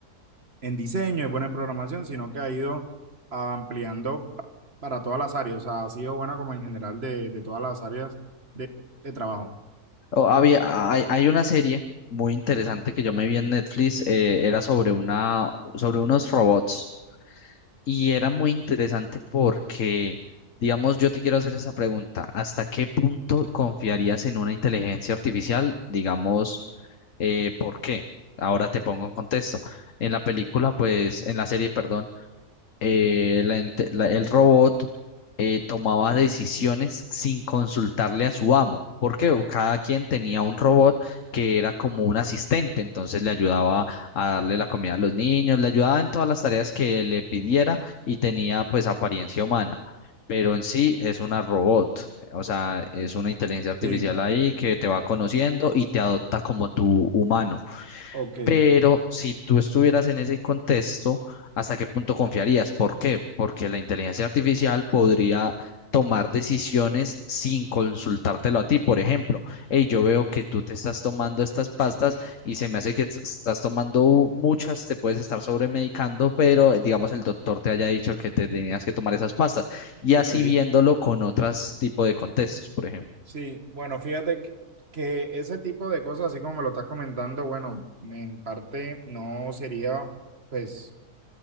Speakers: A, on the right; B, on the left.
A: en diseño, es buena en programación, sino que ha ido ampliando pa- para todas las áreas. O sea, ha sido buena como en general de, de todas las áreas de, de trabajo.
B: O había, hay, hay una serie muy interesante que yo me vi en Netflix, eh, era sobre una, sobre unos robots. Y era muy interesante porque, digamos, yo te quiero hacer esa pregunta, ¿hasta qué punto confiarías en una inteligencia artificial? Digamos, eh, ¿por qué? Ahora te pongo en contexto. En la película, pues, en la serie, perdón eh, la ente- la- el robot eh, tomaba decisiones sin consultarle a su amo, porque cada quien tenía un robot que era como un asistente, entonces le ayudaba a darle la comida a los niños, le ayudaba en todas las tareas que le pidiera y tenía pues apariencia humana. Pero en sí es una robot, o sea, es una inteligencia artificial
A: Sí,
B: ahí que te va conociendo y te adopta como tu humano.
A: ok,
B: Pero si tú estuvieras en ese contexto, ¿hasta qué punto confiarías? ¿Por qué? Porque la inteligencia artificial podría tomar decisiones sin consultártelo a ti. Por ejemplo, hey, yo veo que tú te estás tomando estas pastas y se me hace que t- estás tomando muchas, te puedes estar sobremedicando, pero eh, digamos el doctor te haya dicho que te tenías que tomar esas pastas. Y
A: ok.
B: así viéndolo con otros tipos de contextos, por ejemplo.
A: Sí, bueno, fíjate que, que ese tipo de cosas, así como me lo estás comentando, bueno, en parte no sería, pues